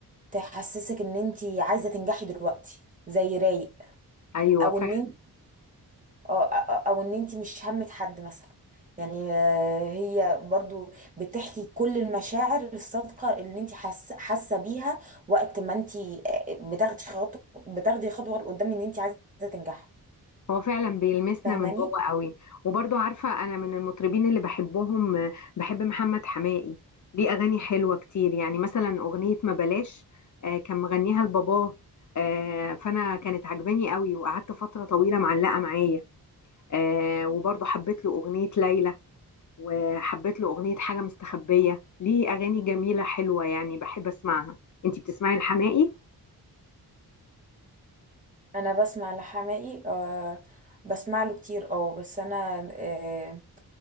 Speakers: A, on the right; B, on the left.
A: تحسسك ان انت عايزة تنجحي دلوقتي زي رايق
B: أيوة
A: او
B: فعلا
A: ان انت اه أ- او ان انت مش همك حد مثلا يعني آه، هي برضو بتحكي كل المشاعر الصادقة اللي انت حاسة حاسة بيها وقت ما انت آه، بتاخدي خطوة بتاخدي خطوة لقدام ان انت عايزة تنجحي
B: هو فعلا بيلمسنا
A: فاهماني
B: من جوه قوي وبرضو عارفة أنا من المطربين اللي بحبهم آه، بحب محمد حماقي ليه أغاني حلوة كتير يعني مثلا أغنية ما بلاش آه، كان مغنيها لباباه آه، فأنا كانت عجباني قوي وقعدت فترة طويلة معلقة معايا آه، وبرضو حبيت له أغنية ليلى وحبيت له أغنية حاجة مستخبية ليه أغاني جميلة حلوة يعني بحب أسمعها أنتي بتسمعي الحماقي
A: انا بسمع لحماقي أه بسمع له كتير اه بس انا أه